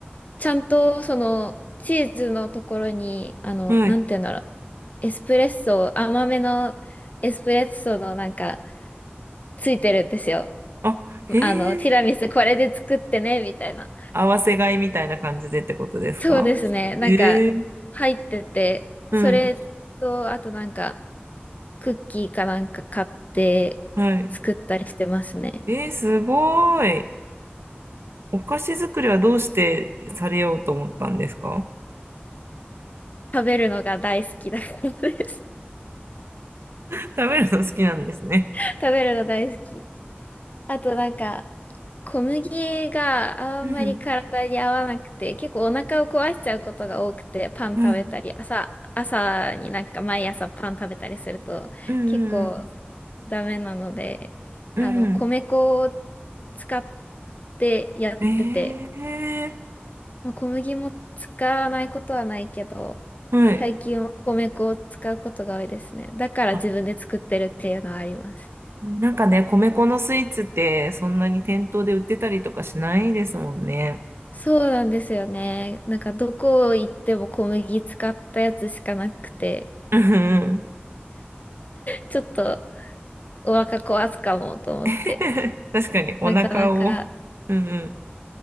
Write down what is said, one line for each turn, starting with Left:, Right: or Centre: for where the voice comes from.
Left: ちゃんと、その、チーズのところに、あの、
Right: はい。
Left: なんて言うんだろう。エスプレッソ、甘めのエスプレッソのなんか、ついてるんですよ。
Right: あ、へえ。
Left: あの、ティラミスこれで作ってね、みたいな。
Right: 合わせ買いみたいな感じでってことですか
Left: そうですね。なんか、
Right: ええ。
Left: 入ってて、
Right: うん。
Left: それと、あとなんか、クッキーかなんか買って
Right: はい。
Left: 作ったりしてますね。
Right: えー、すごい。お菓子作りはどうしてされようと思ったんですか
Left: 食べるのが大好きだからです。
Right: <laughs> 食べるの好きなんですね。
Left: <laughs> 食べるの大好き。あとなんか、小麦があんまり体に合わなくて、
Right: うん。
Left: 結構お腹を壊しちゃうことが多くて、パン食べたり、
Right: うん。
Left: 朝、朝になんか毎朝パン食べたりすると、
Right: うん。
Left: 結構ダメなので、
Right: うん。
Left: あの、
Right: うん
Left: 米粉を使ってやってて、
Right: え
Left: まあ、小麦も使わないことはないけど、
Right: ー、はい。
Left: 最近は米粉を使うことが多いですね。だから自分で作ってるっていうのはあります。
Right: あ、なんかね、米粉のスイーツってそんなに店頭で売ってたりとかしないですもんね。
Left: そうなんですよね。なんかどこ行っても小麦使ったやつしかなくて、
Right: うんうん
Left: ちょっとお腹壊すかもと思って。
Right: <laughs> 確かにお腹を、
Left: なかなか、
Right: うんうん、